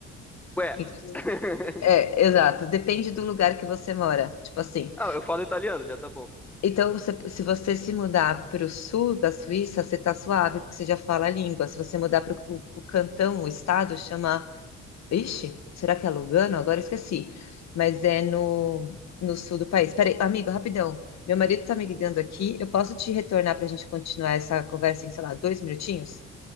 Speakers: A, in the centre; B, on the left (about 60°).
A: Ué,
B: Então,
A: <laughs>
B: é, exato, depende do lugar que você mora. Tipo assim,
A: Ah, eu falo italiano, já tá bom.
B: então você- se você se mudar para o sul da Suíça, você tá suave, porque você já fala a língua. Se você mudar para o cantão, o estado, chama Ixi, será que é Lugano? Agora eu esqueci. Mas é no, no sul do país. Peraí, amigo, rapidão. Meu marido tá me ligando aqui. Eu posso te retornar para a gente continuar essa conversa em, sei lá, dois minutinhos?